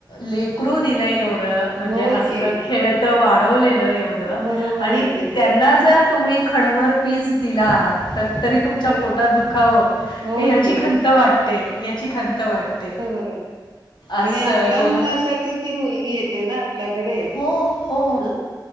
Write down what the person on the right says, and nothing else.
होय
की
बरोबर
आहे की
तर
होय
की
हो! <unintelligible>
आणि आपल्या
मुलासाठीच ती मुलगी येते ना आपल्याकडे
हं.